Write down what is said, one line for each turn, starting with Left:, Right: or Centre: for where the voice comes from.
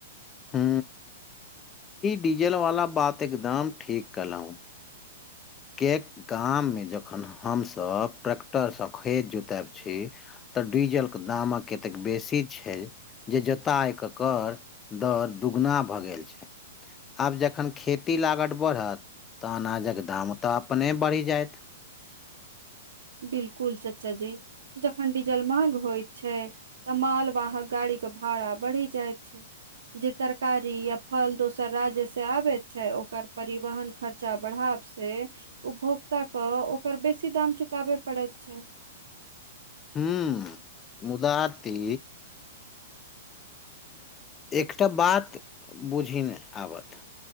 Left: हू। डीजल वाला बात एकदम ठीक केलो केक गाम मे जखन हम सभ ट्रैक्टरसँ खेत जोतायब छी तऽ डीजल के दामक कतेक बेसी छैय जे जोताय ककर दर दुगुना भऽ गेल छैय आब जखन खेती लागत बढ़त त अनाजक दाम तऽ अपने बढ़ि जायत
Right: बिल्कुल चाचा जी। जखन डीजल महग होइत छै तऽ मालवाहक गाड़ीक के भाड़ा बढ़ि जाइत छैय जे तरकारी या फल दोसर राज्य से आबे छै ओकर परिवहन। खर्चा बढ़ाव से उपभोक्ता के ओकर बेसी दाम चुकाबय पड़ैत छैय।
Left: हू मुदाई एकटा बात बुझि नहि आबत